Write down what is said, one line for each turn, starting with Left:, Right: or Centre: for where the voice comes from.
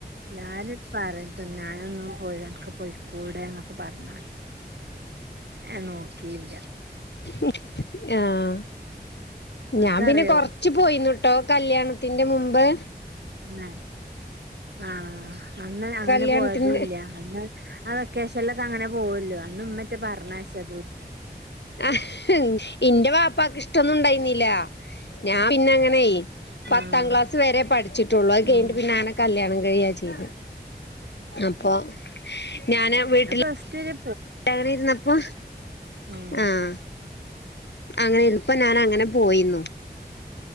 Right: ഞാൻ പറയ് തിന്നാനൊന്നും പോയില്ല അനക്ക് പോയി കൂടെന്നൊക്കെ പറഞ്ഞാട്ട് അയ് നോക്കിയില്ല.
Left: ഉം ആഹ്
Right: നിനക്കറിയോ
Left: ഞാൻ പിന്നെ കൊറ ച്ച് പോയിന്നുട്ടോ കല്ല്യാണത്തിന്റെ മുമ്പ്.
Right: ആഹ് ആഹ് അന്ന് അങ്ങനെ
Left: കല്യാണത്തിന്റെ
Right: പോയതുംല്ല അന്ന് ആഹ് വെക്കേഷല്ലൊക്കെ അങ്ങനെ പോവൂല്ലോ അന്ന് ഇമ്മറ്റേ പറഞ്ഞയ ച്ചതും ഇല്ല.
Left: ആഹ് ഇന്റെ വാപ്പക്ക് ഇഷ്ടൊന്നും ഉണ്ടായിന്നില്ല. ഞാൻ പിന്നെ അങ്ങനെയെ പത്താം
Right: ആഹ്
Left: ക്ലാസ് വരെ പഠിച്ചിട്ടുള്ളു അത്
Right: ഉം
Left: കഴിഞ്ഞ് പിന്നെ ആനെ കല്ല്യാണംകയെ ചെയ്ത് അപ്പോ ഞൻ ആ വീട്ടിൽ.
Right: പ്ലസ്റ്റു വരെ
Left: ങ്ങനനെയിരുന്നപ്പൊ
Right: ഉം
Left: ആഹ്. അങ്ങനെ ഇപ്പ ഞാൻ അങ്ങനെ പോയിരുന്നു.